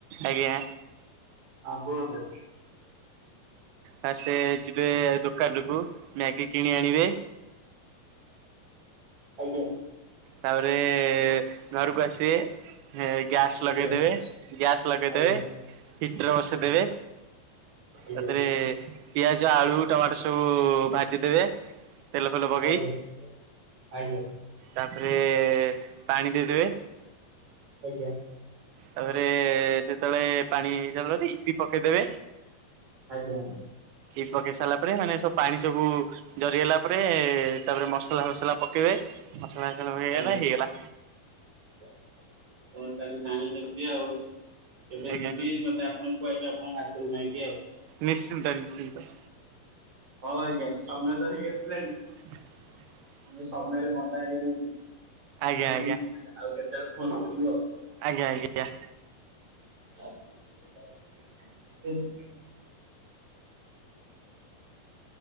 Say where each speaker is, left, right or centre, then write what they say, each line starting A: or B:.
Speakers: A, on the right; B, on the right.
A: ଆଜ୍ଞା।
B: ହଁ କୁହନ୍ତୁ।
A: ଫାଷ୍ଟ ଯିବେ ଦୋକାନକୁୁ ମ୍ୟାଗି କିଣି ଆଣିବେ।
B: ଆଜ୍ଞା।
A: ତାପରେ ଘରୁକୁ ଆସିବେ। ହେ ଗ୍ୟାସ୍ ଲଗେଇଦେବେ
B: ଆଜ୍ଞା
A: ଗ୍ୟାସ୍ ଲଗେଇଦେବେ
B: ଆଜ୍ଞା।
A: ହିଟର୍ ବସେଇଦେବେ।
B: ଆଜ୍ଞା ଆଜ୍ଞା
A: ସେଥିରେ ପିଆଜ ଆଳୁ ଟମାଟୋ ସବୁ ଭାଜିଦେବେ ତେଲ ଫେଲ ପକେଇ।
B: ଆଜ୍ଞା ଆଜ୍ଞା।
A: ତାପରେ ପାଣି ଦେଇଦେବେ।
B: ଆଜ୍ଞା।
A: ତାପରେ ସେତଳେ ପାଣି ଦେଲନି ଇପି ପକେଇ ଦେବେ।
B: ଆଜ୍ଞା।
A: ଇପି ପକେଇ ସାରିଲା ପରେ ମାନେ ସବୁ ପାଣି ସବୁ ଜାରିଗଲା ପରେ ତାପରେ ମସଲା ଫସଲା ପକେଇବେ, ମସଲା ଫସଲା ପକେଇବା
B: ଆଜ୍ଞା
A: ପରେ ହେଇଗଲା।
B: <unintelligible> ତାହେଲେ ଜାଣିଚନ୍ତି ଆଉ, କେବେ
A: ଆଜ୍ଞା
B: ଯିବି ମତେ ଆ ଆପଣ ଖୁଆଇବେ ଆପଣଙ୍କ ହାତରୁ ମ୍ୟାଗି ଆଉ।
A: ନିଶ୍ଚିନ୍ତ-ନିଶ୍ଚିନ୍ତ।
B: ହଁ ଆଜ୍ଞା ସମୟ ତ ହେଇ ଆସିଲାଣି
A: <inaudible>
B: ସମୟରେ ବନ୍ଧା <unintelligible> ଆଉ
A: ଆଜ୍ଞା
B: କେତେବେଳେ
A: ଆଜ୍ଞା।
B: ଫୋନ୍ <unintelligible> ଆଉ।
A: ଆଜ୍ଞା-ଆଜ୍ଞା।
B: <unintelligible>